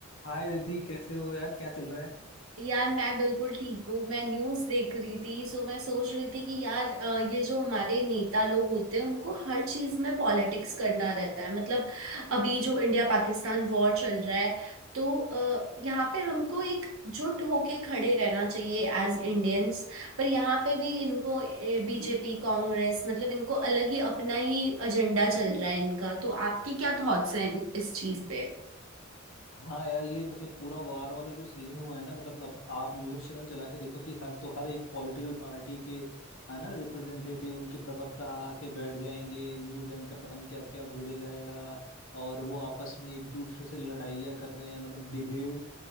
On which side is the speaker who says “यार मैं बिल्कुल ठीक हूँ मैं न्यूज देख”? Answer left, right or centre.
Right